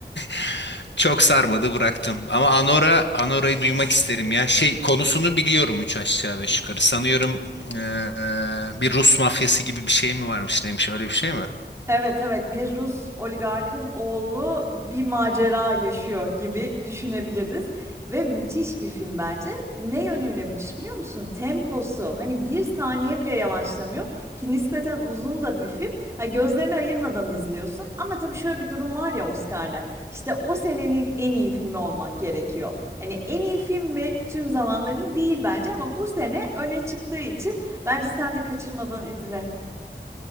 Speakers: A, on the left; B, on the right.
A: <laughs> çok sarmadı bıraktım. Ama Anora, Anora'yı duymak isterim ya. Şey konusunu biliyorum üç aşağı beş yukarı. Sanıyorum ee, bir Rus mafyası gibi bir şey mi varmış neymiş öyle bir şey mi?
B: Evet evet bir Rus oligarkın oğlu bir macera yaşıyor gibi düşünebiliriz ve müthiş bir film bence. Ne yönüyle müthiş biliyor musun? Temposu hani bir saniye bile yavaşlamıyor ki nispeten uzun da bir film. Ha, gözlerini ayırmadan izliyorsun ama tabii şöyle bir durum var ya Oscar'da işte o senenin en iyi filmi olmak gerekiyor. Hani en iyi film mi tüm zamanların değil bence ama bu sene öne çıktığı için bence sen de kaçırmadan izle.